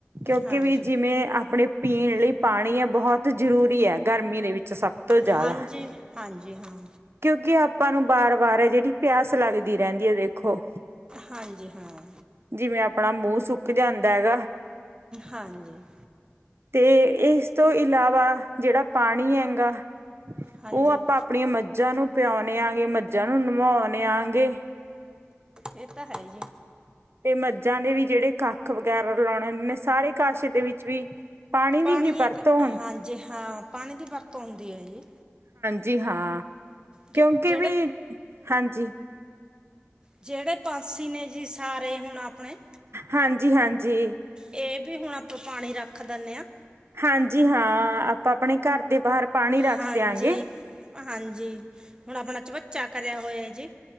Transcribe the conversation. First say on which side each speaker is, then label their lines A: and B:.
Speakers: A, on the right; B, on the right.
A: ਕਿਉਂਕਿ
B: ਹਾਂਜੀ
A: ਵੀ ਜਿਵੇਂ ਆਪਣੇ ਪੀਣ ਲਈ ਪਾਣੀ ਹੈ ਬਹੁਤ ਜ਼ਰੂਰੀ ਹੈ ਗਰਮੀ ਦੇ ਵਿੱਚ ਸਭ ਤੋਂ ਜ਼ਿਆਦਾ
B: ਹਾਂਜੀ ਹਾਂਜੀ ਹਾਂ
A: ਕਿਉਂਕਿ ਆਪਾਂ ਨੂੰ ਵਾਰ ਵਾਰ ਹੈ ਜਿਹ ਪਿਆਸ ਲੱਗਦੀ ਰਹਿੰਦੀ ਹੈ ਦੇਖੋ
B: ਹਾਂਜੀ ਹਾਂ
A: ਜਿਵੇਂ ਆਪਣਾ ਮੂੰਹ ਸੁੱਕ ਜਾਂਦਾ ਹੈਗਾ
B: ਹਾਂਜੀ
A: ਤੇ ਇਸ ਤੋਂ ਇਲਾਵਾ ਜਿਹੜਾ ਪਾਣੀ ਹੈਗਾ
B: ਹਾਂਜੀ
A: ਉਹ ਆਪਾਂ ਆਪਣੀਆਂ ਮੱਝਾਂ ਨੂੰ ਪਿਆਣੇ ਆਂਗੇ ਮੱਝਾਂ ਨੂੰ ਨਵਾਉਦੇ ਆਂ ਗੇ
B: ਇਹ ਤਾਂ ਹੈ ਜੀ
A: ਤੇ ਮੱਝਾਂ ਦੇ ਵੀ ਜਿਹੜੇ ਕੱਖ ਵਗੈਰਾ ਲਾਉਣੇ ਹੁੰਦੇ ਨੇ ਸਾਰੇ ਕਾਸ਼ ਦੇ ਵਿੱਚ ਵੀ ਦੀ
B: ਪਾਣੀ
A: ਹੀ ਵਰਤੋਂ
B: ਇੱਕ
A: ਹੁੰ
B: ਹਾਂਜੀ ਹਾਂ ਪਾਣੀ ਦੀ ਵਰਤੋਂ ਹੁੰਦੀ ਹੈ ਜੀ
A: ਜੀ ਹਾਂ
B: ਜ
A: ਕਿਉਂਕਿ
B: ਜਿਹੜੇ
A: ਵੀ ਹਾਂਜੀ
B: ਜਿਹੜੇ ਪੰਕਸੀ ਨੇ ਜੀ ਸਾਰੇ ਹੁਣ ਆਪਣੇ
A: ਹਾਂਜੀ ਹਾਂਜੀ
B: ਇਹ ਵੀ ਹੁਣ ਆਪਾਂ ਪਾਣੀ ਰੱਖ ਦਿੰਦੇ ਹਾਂ
A: ਹਾਂਜੀ ਹਾਂ ਆਪਾਂ ਆਪਣੇ ਘਰ ਦੇ ਬਾਹਰ ਪਾਣੀ ਰੱਖ
B: ਹਾਂਜੀ
A: ਦਿਆਂਗੇ
B: ਹਾਂਜੀ ਹੁਣ ਆਪਣਾ ਚਵਚਾ ਕਰਿਆ ਹੋਇਆ ਜੀ